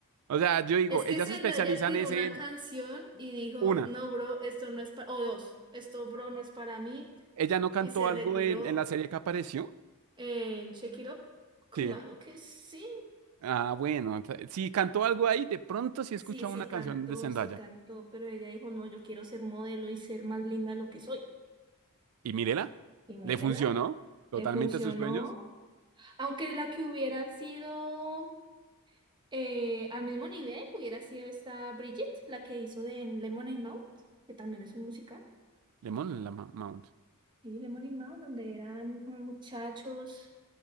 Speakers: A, on the right (about 70°); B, on the right (about 20°).
A: O sea, yo digo,
B: Es que
A: ellas
B: Zendaya
A: se especializan
B: tiró
A: es
B: una
A: en
B: canción y dijo,
A: una.
B: no, bro, esto no es para... O dos, esto, bro, no es para mí.
A: ¿Ella no cantó
B: Y se retiró
A: algo en, en la serie que apareció?
B: en Shake It Up. Claro
A: Sí.
B: que sí.
A: Ah, bueno. ent- Si cantó algo ahí, de pronto sí escucha
B: Sí, sí
A: una
B: cantó,
A: canción de Zendaya.
B: sí cantó, pero ella dijo, no, yo quiero ser modelo y ser más linda de lo que soy.
A: Y mírela,
B: Y mírela,
A: le funcionó totalmente
B: le funcionó.
A: a sus sueños.
B: Aunque la que hubiera sido eh, al mismo nivel, hubiera sido esta Bridget, la que hizo de en Lemonade Mouth, que también es un musical.
A: Lemon la Ma- Mount.
B: Y Lemonade Mouth, donde eran unos muchachos